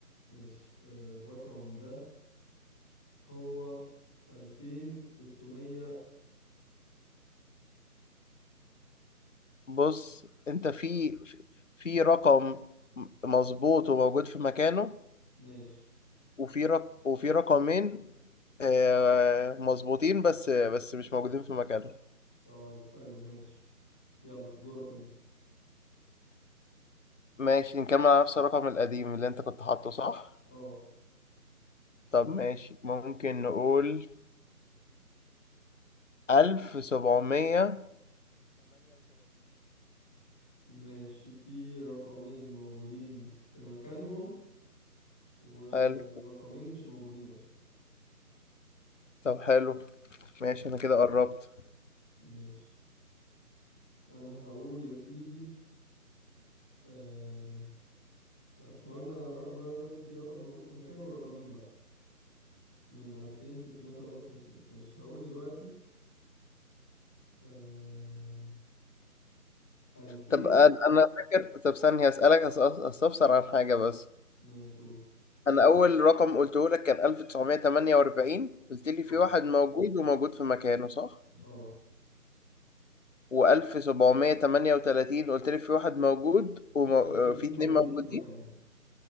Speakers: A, in the centre; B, on the left.
A: ماشي آه، الرقم ده هو 2653
B: بص انت في في رقم مظبوط وموجود في مكانه
A: ماشي
B: وفي رق... وفي رقمين آه، مظبوطين بس بس مش موجودين في مكانه
A: طيب حلو ماشي يلا دورك انت
B: ماشي نكمل على نفس الرقم القديم اللي انت كنت حاطه صح
A: اه
B: طب ماشي ممكن نقول 1738
A: ماشي في رقمين موجودين في مكانهم ورقمين
B: حلو
A: مش موجودين اصلا
B: طب حلو ماشي انا كده قربت
A: ماشي انا هقول يا سيدي آم، احنا قلنا الر- المرة اللي فاتت في رقم موجود في مكانه ورقمين لا من 2653 ماشي هقول دلوقتي آه، استنى
B: طب انا أنا فاكر طب ثانية اسألك أس- أس- استفسر عن حاجة بس
A: ماشي قول
B: انا اول رقم قلته لك كان 1948 قلت لي
A: صح
B: في واحد موجود وموجود في مكانه صح
A: اه
B: و1738 قلت لي في واحد موجود وفي
A: قلت لك في اتنين
B: اتنين
A: موجودين
B: موجودين
A: في مكانهم